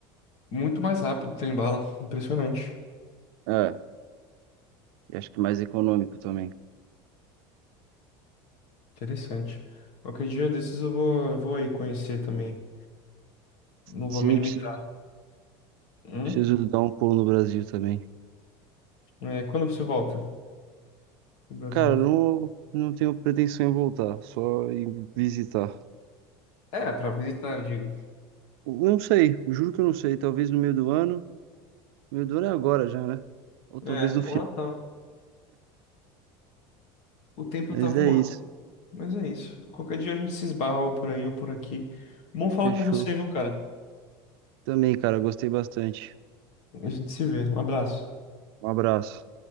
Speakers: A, on the left; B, on the right.
A: Muito mais rápido trem-bala. Impressionante.
B: É, e acho que mais econômico também.
A: Interessante. Qualquer dia desses eu vou, eu vou aí conhecer também. Não
B: Sim,
A: vou me limitar.
B: preciso,
A: Hum?
B: preciso dar um pulo no Brasil também.
A: É, quando você volta pro Brasil?
B: Cara, não, não tenho pretensão em voltar, só em visitar.
A: É, pra visitar, eu digo.
B: Não sei, juro que eu não sei. Talvez no meio do ano. No meio do ano é agora já, né? Ou talvez
A: É,
B: no
A: ou
B: final.
A: Natal. O tempo
B: Mas
A: tá voando,
B: é isso.
A: mas é isso. Qualquer dia a gente se esbarra ou por aí ou por aqui. Bom falar
B: Fechou.
A: com você, viu, cara?
B: Também, cara, gostei bastante.
A: A gente se vê. Um abraço.
B: Um abraço.